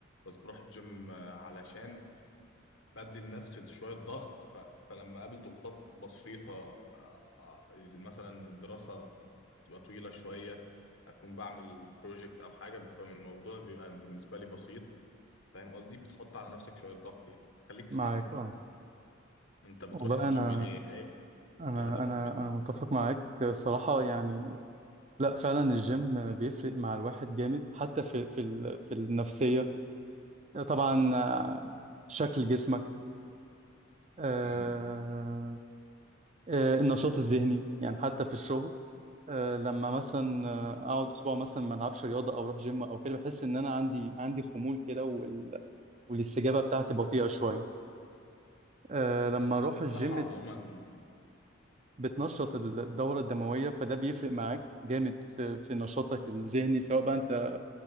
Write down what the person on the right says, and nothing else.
معاك
اه
والله
أنا
أنا
أنا
أنا متفق معاك الصراحة يعني لا فعلا الجيم بيفرق مع الواحد جامد حتى في في ال- في النفسية طبعا آه، شكل جسمك آه،
آه، النشاط الذهني يعني حتى في الشغل آه، لما مثلا آه، اقعد اسبوع مثلا ما العبش رياضه او اروح جيم او كده بحس ان انا عندي عندي خمول كده والاستجابة بتاعتي بطيئة شوية أه لما
أروح
الجيم
بتنشط الدورة الدموية فده بيفرق معاك جامد في, في نشاطك الذهني سواء بقى أنت